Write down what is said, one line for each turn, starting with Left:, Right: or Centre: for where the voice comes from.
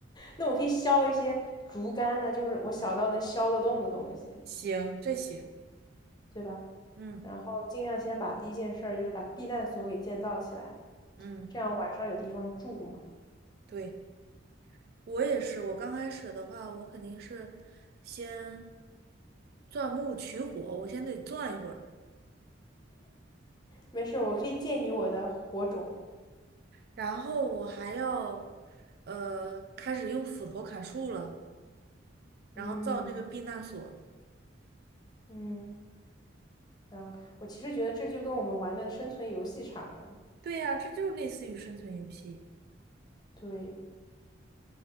Left: 那我可以削一些竹竿呢，就是我小到能削得动的东西，
Right: 行，这行，
Left: 对吧？
Right: 嗯
Left: 然后尽量先把第一件事儿就是把避难所给建造起来，
Right: 嗯，
Left: 这样晚上有地方住嘛。
Right: 对，我也是。我刚开始的话，我肯定是先钻木取火，我先得钻一会儿。
Left: 没事儿，我可以借你我的火种，
Right: 然后我还要呃开始用斧头砍树了，然后造那个避难所。
Left: 嗯嗯，然后我其实觉得这就跟我们玩的生存游戏差不多，
Right: 对呀，这就类似于生存游戏。
Left: 对。